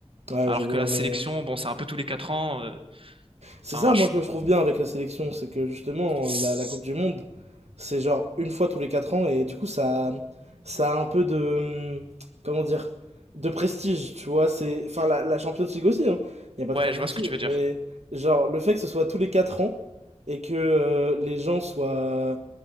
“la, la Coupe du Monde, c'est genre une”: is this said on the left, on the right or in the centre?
Right